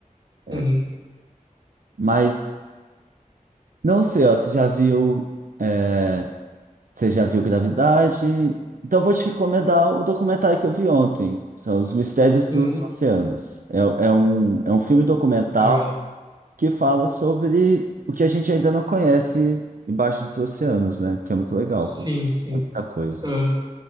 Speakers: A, on the right; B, on the right.
A: É.
B: uhum,
A: Mas não sei, ó, você já viu é, Você já viu Gravidade? Então eu vou te recomendar o documentário que eu vi ontem, que são Os Mistérios dos
B: uhum,
A: Oceanos. É, é um, é um filme documental
B: legal.
A: que fala sobre o que a gente ainda não conhece embaixo dos oceanos, né? Que é muito legal,
B: Sim,
A: porque
B: sim.
A: é muita coisa.
B: ah